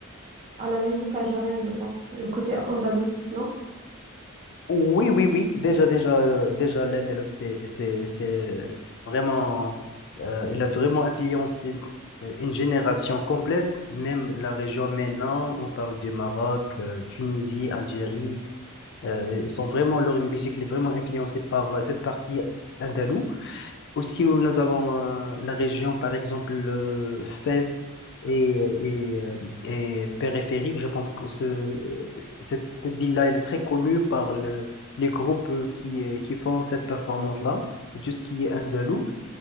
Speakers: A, on the right; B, on the left.
A: à la musique algérienne, je pense, le côté andalous, non?
B: Oui, oui, oui. Déjà, déjà, euh, déjà, l'Indel, c'est, c'est, c'est vraiment, euh, il a vraiment influencé euh, une génération complète, même la région maintenant. On parle du Maroc, euh, Tunisie, Algérie. euh, ils sont vraiment, leur musique, elle est vraiment influencée par euh, cette partie andalouse. Aussi, où nous avons euh, la région, par exemple, euh, Fès et, et, euh, et périphérique. Je pense que ce, c- cette, cette ville-là, elle est très connue par le, les groupes euh, qui, euh, qui font cette performance-là, de tout ce qui est andalou.